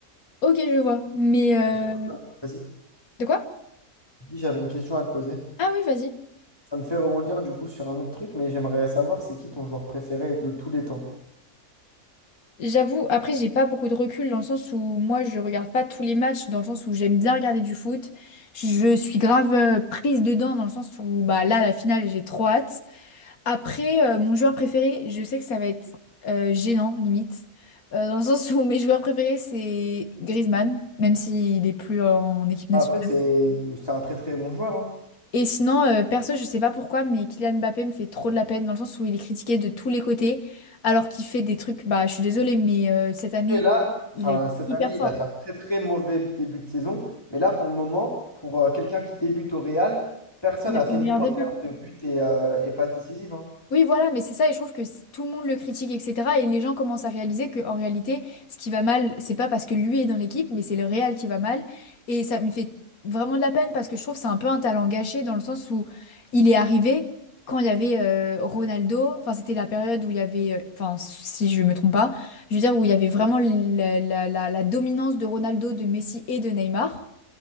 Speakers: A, on the left; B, on the left.
A: Ok, je vois. Mais euh,
B: Et du coup, ça- vas-y,
A: de quoi?
B: je dis, j'avais une question à te poser.
A: Ah oui, vas-y.
B: Ça me fait rebondir du coup sur un autre truc, mais j'aimerais savoir c'est qui ton joueur préféré de tous les temps.
A: J'avoue, après, j'ai pas beaucoup de recul dans le sens où moi, je regarde pas tous les matchs, dans le sens où j'aime bien regarder du foot. Je suis grave euh, prise dedans, dans le sens où bah là, la finale, j'ai trop hâte. Après, euh, mon joueur préféré, je sais que ça va être euh, gênant, limite. Euh, dans le sens où <laughs> mes joueurs préférés, c'est Griezmann, même s'il est plus en équipe nationale.
B: Après, c'est c'est un très très bon joueur. hein.
A: Et sinon, euh, perso, je sais pas pourquoi, mais Kylian Mbappé me fait trop de la peine dans le sens où il est critiqué de tous les côtés, alors qu'il fait des trucs, bah, je suis désolée, mais euh, cette année,
B: Et là,
A: il
B: enfin,
A: a été
B: cette
A: hyper
B: année,
A: fort.
B: il a fait un très très mauvais début de saison. Mais là, pour le moment, pour euh, quelqu'un qui débute au Real, personne
A: Il
B: n'a
A: a fait
B: fait
A: le
B: mieux
A: meilleur
B: en
A: début.
B: termes de buts et, euh, et passes décisives. hein.
A: Oui, voilà, mais c'est ça, et je trouve que c- tout le monde le critique, etc. Et les gens commencent à réaliser que en réalité, ce qui va mal, c'est pas parce que lui est dans l'équipe, mais c'est le Real qui va mal. Et ça me fait vraiment de la peine parce que je trouve que c'est un peu un talent gâché dans le sens où il est arrivé quand il y avait euh, Ronaldo. Enfin, c'était la période où il y avait, euh, enfin, si je me trompe pas, je veux dire où il y avait vraiment la, la- la- la dominance de Ronaldo, de Messi et de Neymar.